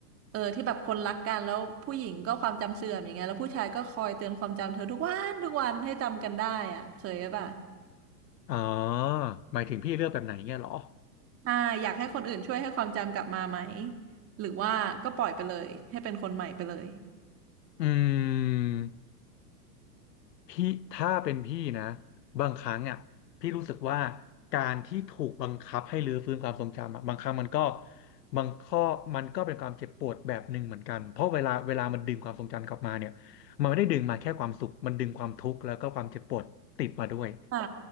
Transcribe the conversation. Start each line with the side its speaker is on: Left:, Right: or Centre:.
Right: เออที่แบบคนรักกันแล้วผู้หญิงก็ความจำเสื่อมอย่างเงี้ยแล้วผู้ชายก็คอยเตือนความจำเธอทุกวันทุกวันให้จำกันได้อะเคยป่ะ
Left: อ๋อหมายถึงพี่เลือกแบบไหนเงี้ยเหรอ
Right: อ่าอยากให้คนอื่นช่วยให้ความจำกลับมาไหมหรือว่าก็ปล่อยไปเลยให้เป็นคนใหม่ไปเลย
Left: อืม พี่ถ้าเป็นพี่นะบางครั้งอ่ะพี่รู้สึกว่าการที่ถูกบังคับให้รื้อฟื้นความทรงจำอะบางครั้งมันก็บางข้อมันก็เป็นความเจ็บปวดแบบหนึ่งเหมือนกันเพราะเวลาเวลามันดึงความทรงจำกลับมาเนี่ยมันไม่ได้ดึงมาแค่ความสุขมันดึงความทุกข์แล้วก็ความเจ็บปวดติดมาด้วย
Right: ค่ะ